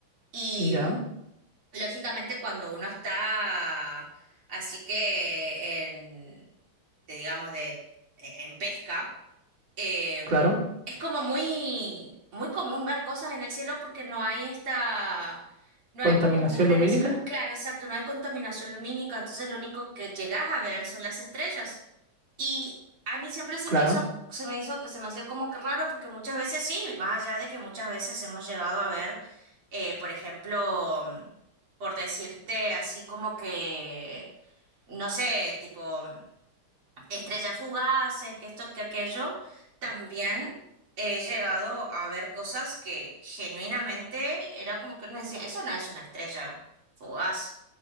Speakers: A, on the right; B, on the right.
A: Y
B: Ya,
A: mm, Lógicamente, cuando uno está así que en, de, digamos, de, e, en pesca, eh,
B: claro.
A: es como muy, muy común ver cosas en el cielo porque no hay esta, no
B: Contaminación
A: hay como mugre
B: lumínica,
A: en el cielo. Claro, exacto, no hay contaminación lumínica, entonces lo único que llegas a ver son las estrellas. Y a mí siempre se
B: claro.
A: me hizo, se me hizo, se me hacía como que raro porque muchas veces sí, más allá de que muchas veces hemos llegado a ver, eh, por ejemplo, mm, por decirte así como que, no sé, tipo estrellas fugaces, que esto, que aquello, también he llegado a ver cosas que genuinamente era como que uno decía, eso no es una estrella fugaz.